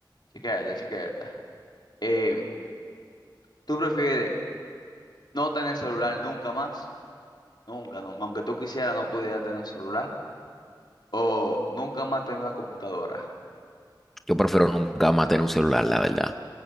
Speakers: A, on the left; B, in the centre.
A: chequea esta, chequea esta. Eh, ¿tú prefieres no tener celular nunca más? Nunca, nunca. Aunque tú quisieras, no pudieras tener un celular. O nunca más tener una computadora.
B: Yo prefiero nunca más tener un celular, la verdad.